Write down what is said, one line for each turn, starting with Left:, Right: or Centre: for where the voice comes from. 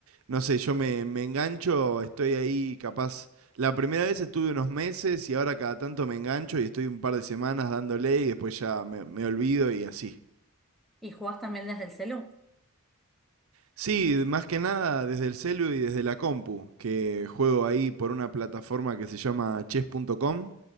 Right: No sé, yo me, me engancho, estoy ahí capaz. La primera vez estuve unos meses y ahora cada tanto me engancho y estoy un par de semanas dándole y después ya me, me olvido y así.
Centre: ¿Y jugás también desde el celu?
Right: Sí, más que nada desde el celu y desde la compu, que juego ahí por una plataforma que se llama chess.com